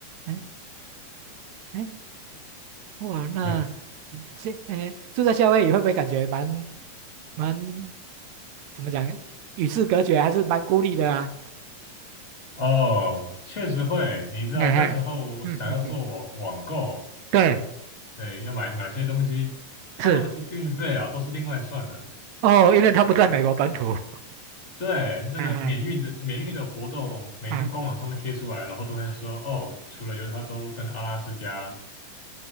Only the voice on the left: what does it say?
嘿，
哦，确实会，你知道那时候我想要做网网购，
对，要买买些东西，他们这个运费啊都是另外算的。
对，那个免运的免运的活动，
每次官网上面贴出来，
然后都会说哦，除了犹他州跟阿拉斯加，